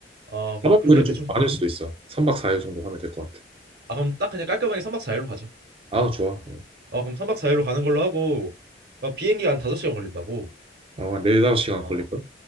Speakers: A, on the right (about 60°); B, on the right (about 30°).
A: 아, 그럼
B: 4박
A: 그렇게
B: 5일은
A: 대충
B: 좀 많을 수도 있어. 3박 4일 정도 하면 될 것 같아.
A: 아, 그럼 딱 그냥 깔끔하게 3박 4일로 가자.
B: 아, 좋아.
A: 아, 그럼 3박 4일로 가는 걸로 하고 아, 비행기가 한 5시간 걸린다고.
B: 아, 4, 5시간
A: 어.
B: 걸릴걸?